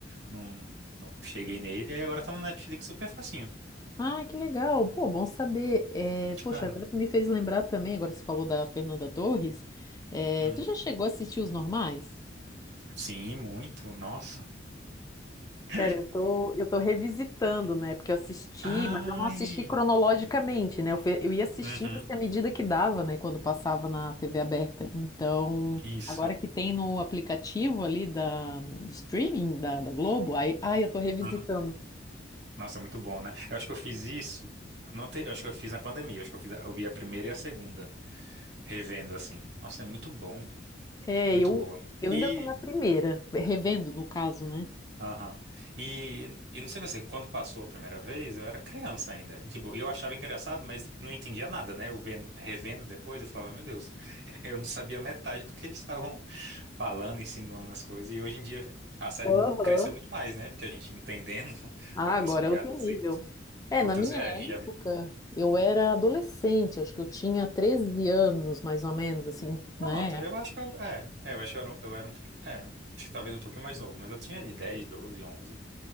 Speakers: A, on the right; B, on the left.
A: não, não não cheguei nele, e agora tá no Netflix super facinho.
B: Ah, que legal. Pô, bom saber. É, poxa,
A: Ah,
B: agora tu me fez lembrar também, agora que você falou da Fernanda Torres. É,
A: Hum.
B: tu já chegou a assistir Os Normais?
A: Sim, muito, nossa. <laughs>
B: Cara, eu tô, eu tô revisitando, né? Porque eu assisti,
A: Ai!
B: mas eu não assisti cronologicamente, né? Eu, fui- eu ia assistindo
A: Uhum,
B: assim à medida que dava, né? Quando passava na TV aberta. Então,
A: isso.
B: agora que tem no aplicativo ali da, de streaming da, da Globo, aí, ai, eu tô revisitando.
A: Uhum. Nossa, é muito bom, né? Eu acho que eu fiz isso. eu Não te... Eu acho que eu fiz na pandemia. eu Acho que eu fiz... a- eu vi a primeira e a segunda, revendo assim. Nossa, é muito bom,
B: É,
A: muito
B: eu,
A: boa.
B: eu
A: E
B: ainda tô na primeira, revendo, no caso, né?
A: Aham. E, e não sei você, quando passou a primeira vez, eu era criança ainda. E, tipo, eu achava engraçado, mas não entendia nada, né? Eu vendo, revendo depois, eu falava, meu Deus, <laughs> eu não sabia metade do que eles estavam falando, insinuando as coisas. E hoje em dia a série
B: Aham.
A: cresceu muito mais, né? Porque a gente entendendo <laughs>
B: Ah,
A: algumas
B: agora
A: piadas
B: é outro nível.
A: e
B: É,
A: outras.
B: na minha
A: É,
B: época,
A: a gente já vi-
B: eu era adolescente, acho que eu tinha 13 anos, mais ou menos, assim,
A: Pronto,
B: né?
A: eu acho que eu. É, é, eu acho que eu era, um- eu era um pouquinho. É, acho que talvez um pouquinho mais novo, mas eu tinha ali 10, 12, 11.